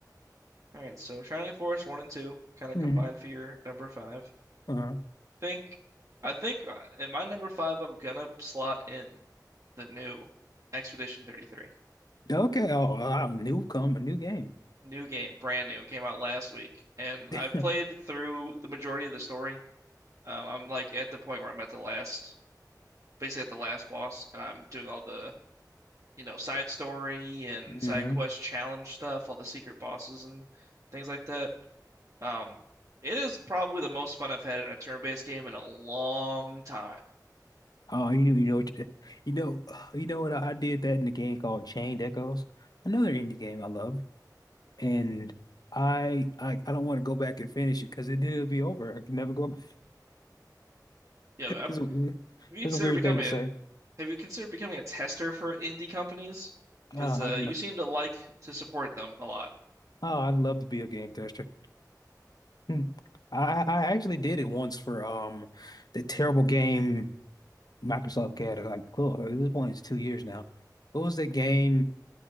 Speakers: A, on the right; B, on the left.
A: All right, so Shining Force 1 and 2 kind of
B: hmm
A: combined for your number 5.
B: uh-huh.
A: Think I think uh, in my number 5 I'm gonna slot in the new Expedition 33.
B: Okay, oh, wow, new come, a new game.
A: New game, brand new. It came out last week, and
B: <laughs>
A: I've played through the majority of the story. Um, I'm like at the point where I'm at the last, basically at the last boss, and I'm doing all the, you know, side story and
B: hmm
A: side quest challenge stuff, all the secret bosses and things like that. Um, it is probably the most fun I've had in a turn-based game in a long time.
B: Oh, you know, you know, what you you know, <sighs> you know what I, I did that in a game called Chained Echoes, another indie game I love, and I I, I don't want to go back and finish it because then it'll be over. I can never go
A: You
B: It's
A: know, I've,
B: a
A: if you consider
B: it's a weird
A: becoming
B: thing to say.
A: a Have you considered becoming a tester for indie companies? Because
B: Oh,
A: uh,
B: I'd love
A: you seem to like to support them a lot.
B: oh, I'd love to be a game tester. Hmm. I I actually did it once for um the terrible game Microsoft had. Like, cool, this one is two years now. What was that game?